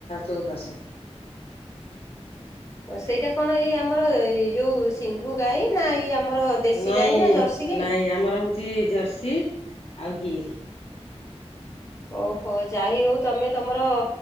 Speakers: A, on the left (about 60°); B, on the left (about 25°).
A: ଚଉଦଶ।
B: ସେଇଟା କଣ ଏଇ ଆମର ଏଇ ଯୋଉ ସିନ୍ଧୁ ଗାଈ ନା ଏଇ ଆମର ଦେଶୀ
A: ନାଇଁ
B: ଗାଈ ନା ଜର୍ସି ଗାଈ?
A: ନାଇଁ ଆମର ହଉଛି ଜର୍ସି। ଆଉ ଗିରି।
B: ଓହୋ ଯାାଇ ହଉ ତମେ ତମର